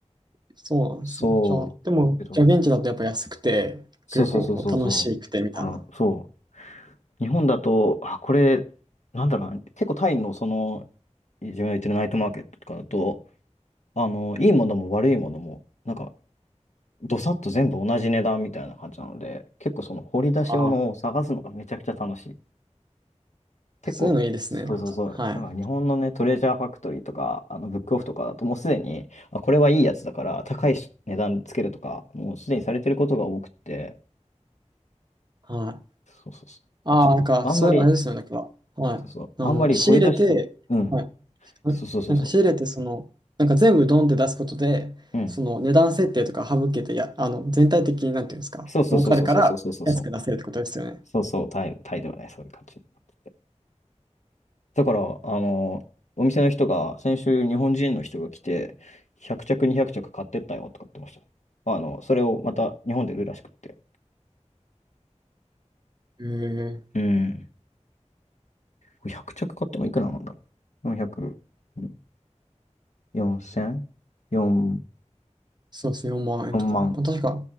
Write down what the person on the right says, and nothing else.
そうなんですね。
じゃあ、でも、
じゃあ現地だとやっぱ安くて、
結構こう楽しくてみたいな。
ああ、
そういうのいいですね。
なんか、はい。
はい。
ああ、
なんか、そう、あれですよね、なんか、はい。
あの、
仕入れて、
はい。
なんか仕入れて、その、なんか全部ドンって出すことで、
その値段設定とか省けて、や、あの、全体的になんていうんですか、
儲かるから安く出せるってことですよね。
へえ
そうですね、4万円とか。
まあ、確か、